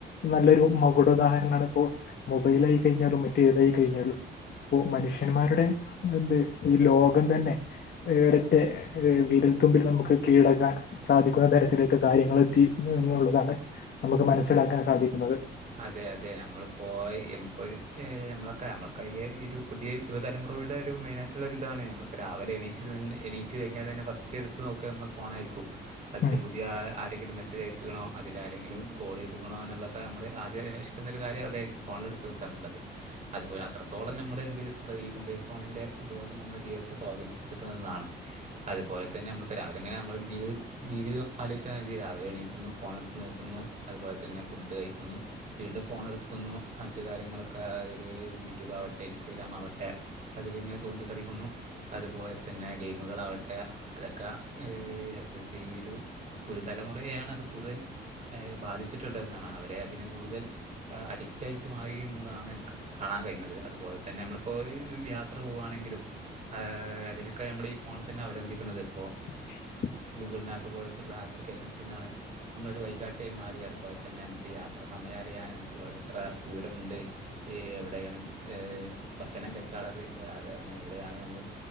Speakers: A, on the left; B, on the right.
A: നല്ലൊരു മകുടദാഹരണാണ് അപ്പോ മൊബൈലായി കഴിഞ്ഞാലും മറ്റേ ഏതായി കഴിഞ്ഞാലും ഇപ്പോ മനുഷ്യന്മാരുടെ എന്ത് ഈ ലോകം തന്നെ ഒരൊറ്റ വിരൽത്തുമ്പില് നമുക്ക് കീഴടക്കാൻ സാധിക്കുന്നത് തരത്തിലൊക്കെ കാര്യങ്ങള് എത്തി എന്നുള്ളതാണ് നമുക്ക് മനസ്സിലാക്കാൻ സാധിക്കുന്നത്
B: അതെ അതെ നമ്മള് പോയി നമ്മൊ നമ്മളൊക്കെ നമ്മളൊക്കെ പുതിയ യുവതലമുറയുടെ ഒരു മെയിനായിട്ടുള്ള ഒരു ഇതാണ് നമ്മളിപ്പോൾ രാവിലെണീച്ച് തന്നെ എണീച്ച് കഴിഞ്ഞാ തന്നെ ഫസ്റ്റ് എടുത്ത് നോ ക്കെ നമ്മളെ ഫോൺ ആയിരിക്കും അതില്
A: ഉം
B: പുതിയ ആരെങ്കിലും മെസ്സേജ് അയച്ചക്കണോ അതില ആരെങ്കിലും കോൾ ചെയ്തക്കണോ എന്നുള്ളൊക്കെ നമ്മ അന്വേഷിക്കുന്ന ഒരു കാര്യം അതായിരിക്കും ഫോണില എടുത്ത് വെക്കാനുള്ളത് അതുപോല അത്രത്തോളം നമ്മൾ എന്ത് ചെയ്തിട്ടുള്ളത് ഈ മൊബൈൽ ഫ ഫോണിൻ്റെ ഉപയോഗം നമ്മുടെ ജീവിതത്തെ സ്വാധീനിച്ച തരുന്നതാണ് അതുപോലെ അ തന്നെ നമ്മളിപ്പോൾ രാവിലെങ്ങനെ നമ്മള് ഒരുജീവിത രീതിൽ ആലോചിച്ചൽ രീതി രാവിലെ എണീക്കുന്നു ഫോൺ എടുത്ത് നോക്കുന്നു അത് അപ്പ അത് തന്നെ ഫുഡ് കഴിക്കുന്നു വീണ്ടും ഫോൺ എടുക്കുന്നു മറ്റു കാര്യങ്ങളൊക്കെ അതില് യൂട്യൂബ് ആവട്ടെ ഇൻസ്റ്റഗ്രാം ആവട്ടെ അതില ഇങ്ങനെ തോണ്ടി കളിക്കുന്നു അതുപോലെ തന്നെ ഗെയിമുകളാവട്ടെ അതൊക്കെ എത്രരത്തി ഈ ഒരു പുതുതലമുറയെയാണ് അത് കൂടുതൽ ബാധിച്ചിട്ടു എന്നാണ് അവരെ അതിന് കൂടുതൽ അഡിക്റ്റ് ആയിട്ട് മാറി എന്നുള്ളതാണ് കാണാൻ കഴിയുന്നത് അതുപോലെ തന്നെ നമ്മളിപ്പോൾ യാത്ര പോകുവാണെങ്കിലും ഏ അതിനൊക്കെ നമ്മൾ ഈ ഫോണിൽ തന്നെ അവലംബിക്കുന്നത് ഇപ്പോൾ
A: <unintelligible>
B: ഗൂഗിൾ മാപ്പ് പോലെത്തുള്ള ആപ്ലിക്കേഷൻസ് എന്നാണ് നമ്മളൊരു വഴികാട്ടി ആയി മാറി അതുപോലെ തന്നെ നമുക്ക് യാത്ര സമയ അറിയാനും ഇവിടെന്ന് എത്ര ദൂരമുണ്ട് എ ഏ എവിടെക്കാണ് ഭക്ഷണം കഴിക്കാനുള്ള ഏരിയ അതുപോലെ തന്നെ എവിടെയാണ് നമ്മള്